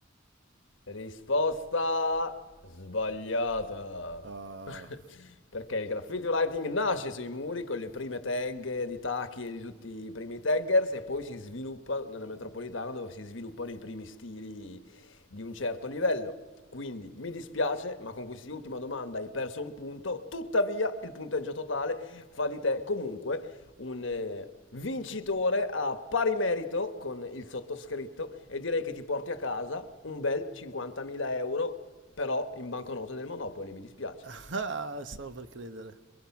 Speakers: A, on the left; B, on the right.
A: Risposta sbagliata.
B: Ah,
A: <laughs> Perché il graffiti writing nasce sui muri con le prime tag di Taki e di tutti i primi taggers e poi si sviluppa nella metropolitana dove si sviluppano i primi stili di un certo livello. Quindi mi dispiace, ma con quest'ultima domanda hai perso un punto. Tuttavia, il punteggio totale fa di te comunque un eh, vincitore a pari merito con il sottoscritto e direi che ti porti a casa un bel 50.000 euro però in banconote del Monopoli, mi dispiace.
B: <laughs> stavo per credere.